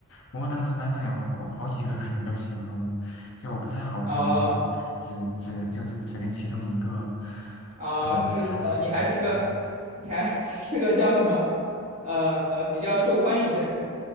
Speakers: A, on the left (about 60°); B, on the right (about 30°).
A: 不过当时班上有好好几个可能都喜欢我，就我不太好，可能就只只就这个只跟其中一个，
B: 啊啊，
A: 呃，
B: 知道了，
A: 谈，嗯嗯
B: 你还是个你还是个叫什么呃比较受欢迎的人